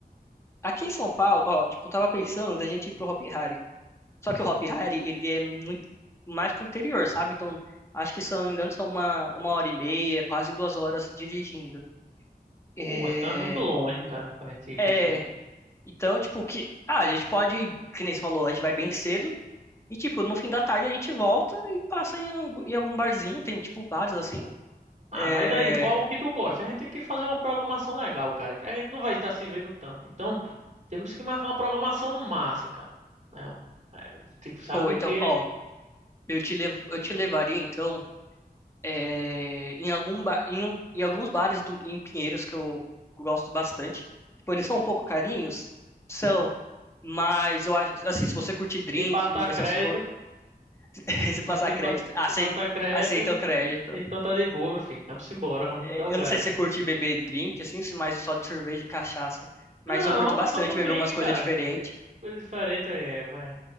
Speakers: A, on the left (about 15°); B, on the right (about 45°).
A: Aqui em São Paulo, ó, tipo, eu tava pensando da gente ir pro Hopi Hari. Só que o Hopi Hari, ele é muito mais pro interior, sabe? Então, acho que, se eu não me engano, são uma, uma hora e meia, quase duas horas dirigindo.
B: Pô,
A: É...
B: então é muito longe, cara, pra gente ir pra
A: É...
B: esse.
A: Então, tipo, que... Ah, a gente pode, ir, que nem você falou, a gente vai bem cedo. E, tipo, no fim da tarde a gente volta e passa em, algu- em algum barzinho. Tem, tipo, bares assim.
B: Ah,
A: É...
B: mas aí, qual um que tu gosta? A gente tem que fazer uma programação legal, cara, que a gente não vai estar se vendo tanto. Então, temos que marcar uma programação massa, cara. É, um- é, tipo, sabe
A: Pô,
B: o
A: então,
B: quê?
A: ó, eu te, levo, eu te levaria, então... é, em algum ba- em, um- em alguns bares do- em Pinheiros que eu gosto bastante. Tipo, eles são um pouco carinhos, são, mas eu acho assim, se você curtir drink
B: Se passar
A: e essas
B: crédito,
A: coisas, <laughs>
B: se,
A: se
B: <laughs>
A: passar
B: se,
A: crédito,
B: pa-
A: aceita,
B: se passar crédito,
A: aceita o crédito.
B: então tá de boa, meu filho. Vamos embora, vamos
A: É,
B: dar o gás.
A: eu não sei se você curte beber drink assim, se mais só de cerveja e cachaça,
B: Não,
A: mas eu curto bastante
B: toma um
A: beber
B: drink,
A: umas coisas
B: cara.
A: diferentes.
B: Coisa diferente, é, vai.